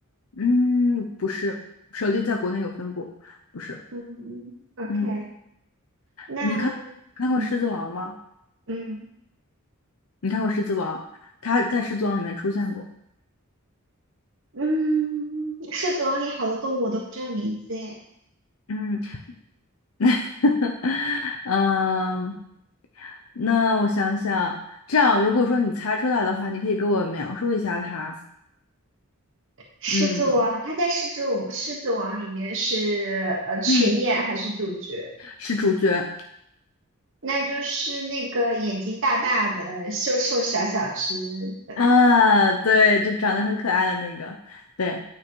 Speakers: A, on the left; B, on the right.
A: 嗯，不是，舍利在国内有分布，不是。
B: 嗯，OK，
A: 嗯，
B: 那
A: 你看看过《狮子王》吗？
B: 嗯嗯。
A: 你看过《狮子王》？它在《狮子王》里面出现过。
B: 嗯，狮子王里好多动物我都不知道名字诶。
A: 嗯。<laughs> 嗯，那我想想，这样如果说你猜出来的话，你可以给我描述一下它。
B: 狮子王，
A: 嗯
B: 它在狮子王狮子王里面是呃群演还是主角？
A: 嗯，是主角
B: 那就是那个眼睛大大的、瘦瘦小小只的那个，
A: 啊，对，就长得很可爱的那个，对，